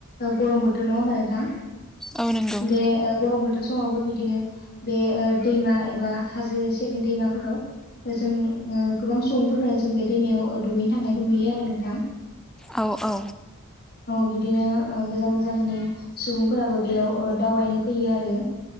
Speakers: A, on the left; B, in the centre.
A: गरम बोथोर नङा होमबा नोंथां
B: औ नंगौ
A: बे गरम बोथोर समावबो बिदिनो बे दैमा एबा हाजो सेरनि दैमाफोराव जों गोबां सुबुंफोरखौनो जों बे दैमायाव दुगैनो थांनायखौ नुयो आरो नोंथां
B: औ औ
A: बिब्दिनो गोजान गोजाननि सुबुंफोराबो बेयाव दावबायनो फैयो आरो